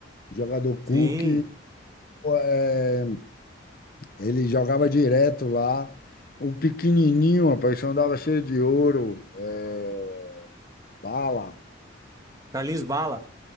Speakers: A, on the left; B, on the right.
A: jogador
B: Sim,
A: Cook, é, ele jogava direto lá. Um pequenininho, rapaz, que andava cheio de ouro, é, bala.
B: Carlinhos Bala.